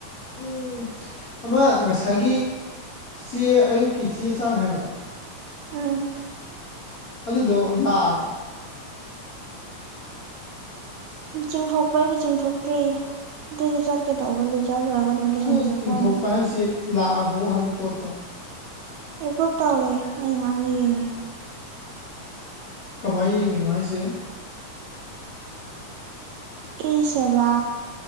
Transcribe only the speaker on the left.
ꯎꯝ ꯑꯃ ꯉꯁꯥꯏꯒꯤ ꯆꯦ ꯑꯌꯨꯛꯀꯤ ꯆꯦ ꯆꯥꯡ ꯍꯥꯏꯕꯗꯣ
ꯑꯗꯨꯗꯣ ꯂꯥꯛꯑꯕꯣ <inaudible>
ꯑꯗꯣ
ꯆꯤꯡꯊꯣꯛꯄ
ꯍꯥꯏꯁꯤ ꯂꯥꯛꯑꯕꯣ ꯍꯥꯏꯕ ꯄꯣꯠꯇꯣ
ꯀꯃꯥꯏ ꯌꯦꯡꯉꯤꯅꯣ ꯍꯥꯏꯁꯦ